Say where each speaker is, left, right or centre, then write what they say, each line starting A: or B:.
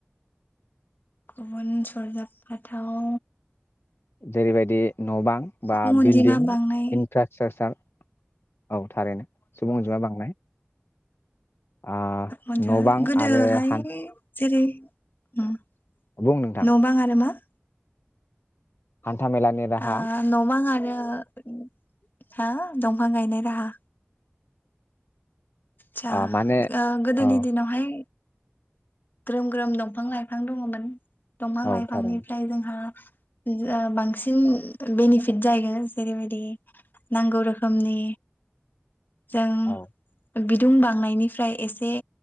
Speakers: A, on the left (about 50°); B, on the left (about 65°).
A: गुबुन सरजाब फाथाव
B: जेरैबायदि न बां बा
A: सुबुं अनजिमा
B: बिल्डिं
A: बांनाय
B: इनफ्रास्ट्राकसार औ थारैनो। सुबुं अनजिमा बांनाय। आ
A: मोनजा
B: न' बां
A: गोदोहाय।
B: आरो हान
A: जेरै उम। न
B: बुं नोंथां
A: बां आरो मा।
B: हान्था मेलानि राहा
A: ओ न बां आरो। ओ साहा दंफां गायनाय राहा साह
B: आ माने
A: गोदोनि
B: औ
A: दिनावहाय। ग्रोम ग्रोम दंफां लाइफां दङमोन। दंफां
B: औ
A: लाइफांनिफ्राय
B: थारैनो
A: जोंहा <unintelligible> ओ बांसिन बेनिफिट जायो जेरैबायदि नांगौ रोखोमनि। जों
B: औ
A: बि। दुं बांनायनिफ्राय एसे